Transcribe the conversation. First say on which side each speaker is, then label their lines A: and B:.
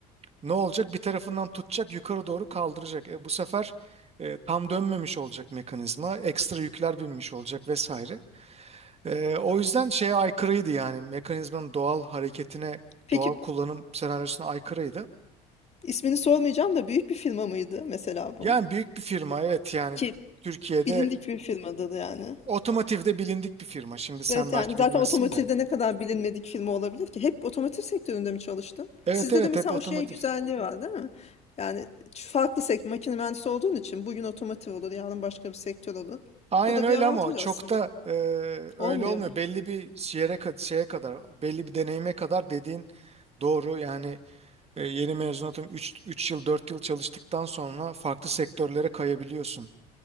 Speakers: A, on the right (about 35°); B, on the left (about 35°).
A: Ne olacak? Bir tarafından tutacak, yukarı doğru kaldıracak. E, bu sefer e, tam dönmemiş olacak mekanizma. Ekstra yükler binmiş olacak vesaire. E, o yüzden şeye aykırıydı yani. Mekanizmanın doğal hareketine,
B: Peki,
A: doğal kullanım senaryosuna aykırıydı.
B: ismini sormayacağım da büyük bir firma mıydı mesela
A: Yani
B: bu?
A: büyük bir firma evet yani
B: Ki
A: Türkiye'de
B: bilindik bir firmadır yani.
A: otomotivde bilindik bir firma. Şimdi sen
B: Evet yani
A: belki
B: zaten
A: bilmezsin
B: otomotivde
A: de.
B: ne kadar bilinmedik firma olabilir ki? Hep otomotiv sektöründe mi çalıştın?
A: Evet
B: Sizde
A: evet
B: de mesela
A: hep otomotiv.
B: o şey güzelliği var değil mi? Yani farklı sektör, makine mühendisi olduğun için bugün otomotiv olur, yarın başka bir sektör olur.
A: Aynen
B: O da
A: öyle
B: bir avantaj
A: ama o çok
B: aslında.
A: da e, öyle
B: Olmuyor
A: olmuyor.
B: mu?
A: Belli bir yere kadar, şeye kadar, belli bir deneyime kadar dediğin doğru. Yani e, yeni mezunatım üç 3 yıl 4 yıl çalıştıktan sonra farklı sektörlere kayabiliyorsun.